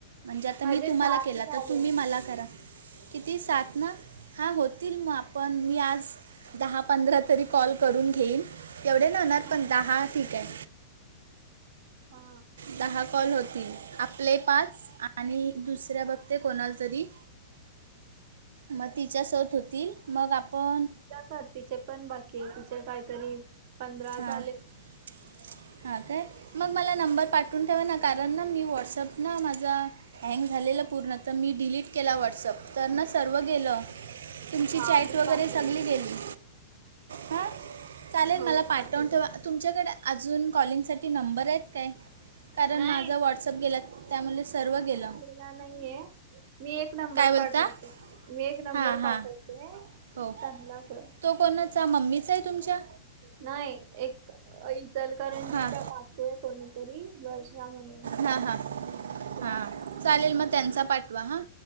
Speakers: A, on the right; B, on the right.
A: म्हणजे आंता
B: माझे
A: मी तुम्हांला
B: सात
A: केलां
B: झाले
A: तरं तुम्हीं मलां करां किती सात ना हा होतील मग आपण मी आज दहा-पंधरा तरी कॉल करून घेईन एवढे नाही होणार
B: हा
A: पण दहा ठीक काय
B: हा
A: दहा कॉल होतील आपले पाच आणि दुसऱ्या बगते कोणाला तरी म तिच्या सोबत होतील मग आपण
B: तर तिचे पण बाकीय तिचे पण काहीतरी पंधरा
A: हा-हा
B: झाले
A: काय मग मला नंबर पाठ पाठवून ठेवा ना कारण ना मी व्हॉट्सअप ना माझा हँग झालेलं पूर्ण तर मी डिलीट केला व्हॉट्सअप तर ना सर्व गेल तुमची
B: हा
A: चॅट
B: मी
A: वगैरे
B: पाठवते
A: सगली गेली हां चालेल
B: हो
A: मला पाठवून
B: पाठवते
A: ठेवा तुमच्याकडे अजून कॉलिंगसाठी नंबर आहेत काय कारण
B: नाही
A: माझा
B: मी
A: व्हॉट्सअप गेला त्यामुळे सर्व गेल
B: त्या नाहीे आहे मी नंबर
A: बोलता
B: पाठवतो मी नंबर
A: हां हां
B: पाठवते
A: हो
B: त्यांना कर
A: तो कोणाचा मम्मीचा आहे तुमच्या
B: नाही एक इचलकरंजीच्या
A: हां
B: काकूय कोणीतरी म्हणून
A: हा -हा
B: त्या
A: -हा चालेल म त्यांचा पाठवा हा